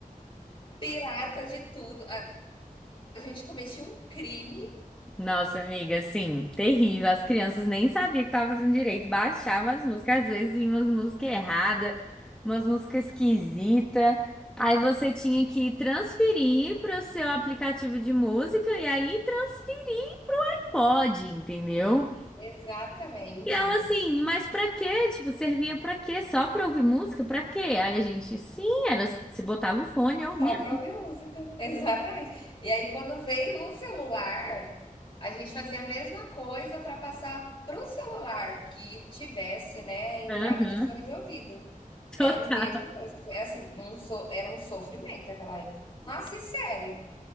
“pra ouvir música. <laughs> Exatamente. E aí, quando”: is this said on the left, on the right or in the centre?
Left